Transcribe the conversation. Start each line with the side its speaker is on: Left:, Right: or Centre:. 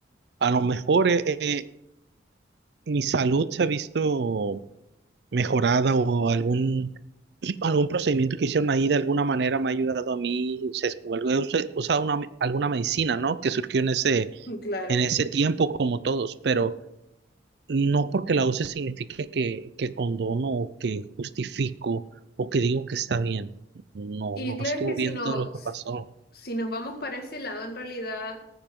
Right: a lo mejor eh, eh, mi salud se ha visto mejorada o algún algún procedimiento que hicieron ahí de alguna manera me ha ayudado a mí, se- o algo- he us- usado una, alguna medicina, ¿no? Que surgió en ese,
Left: claro.
Right: en ese tiempo como todos, pero no porque la use signifique que, que condono o que justifico o que digo que está bien. No,
Left: Y
Right: no
Left: claro
Right: estuvo
Left: es que
Right: bien
Left: si no
Right: todo lo que pasó.
Left: si nos vamos para ese lado, en realidad,